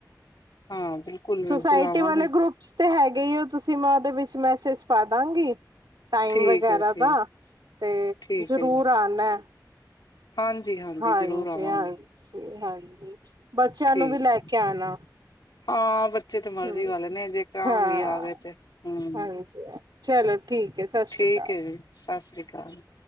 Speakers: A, on the left; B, on the right.
A: ਹਾਂ ਬਿਲਕੁਲ
B: ਸੁੋਸਾਇਟੀ
A: ਬਿਲਕੁਲ ਆਵਾਂਗੇ।
B: ਵਾਲੇ ਗਰੁੱਪ ਚ ਤੇ ਹੈਗੇ ਗਈ ਹੋ ਤੁਸੀਂ ਮੈਂ ਉਹਦੇ ਵਿੱਚ ਮੈਸੇਜ ਪਾ ਦਾਂਗੀ ਟਾਈਮ
A: ਠੀਕ
B: ਵਗੈਰਾ
A: ਹੈ ਠੀਕ
B: ਦਾ ਤੇ
A: ਠੀਕ
B: ਜਰੂਰ
A: ਹੈ ਜੀ
B: ਆਣਾ
A: ਹਾਂਜੀ
B: ਹਾਂਜੀ
A: ਜ਼ਰੂਰ ਆਵਾਂਗੇ।
B: ਹਾਂਜੀ ਹਾਂਜੀ ਬੱਚਿਆਂ
A: ਠੀਕ
B: ਨੂੰ ਵੀ ਲੈ
A: ਹੈ
B: ਕੇ ਆਣਾ
A: ਹਾਂ ਬੱਚੇ ਤੇ ਮਰਜ਼ੀ
B: ਹੂੰ
A: ਵਾਲੇ ਨੇ ਜੇ ਕਾਂਗੀ
B: ਹਾਂ
A: ਆ ਗਏ ਤੇ ਹਮ
B: ਹਾਂਜੀ। ਚਲੋ ਠੀਕ ਹੈ ਸਤਿ
A: ਠੀਕ
B: ਸ਼੍ਰੀ ਅਕਾਲ।
A: ਹੈ ਜੀ ਸਤਿ ਸ੍ਰੀ ਅਕਾਲ ਕ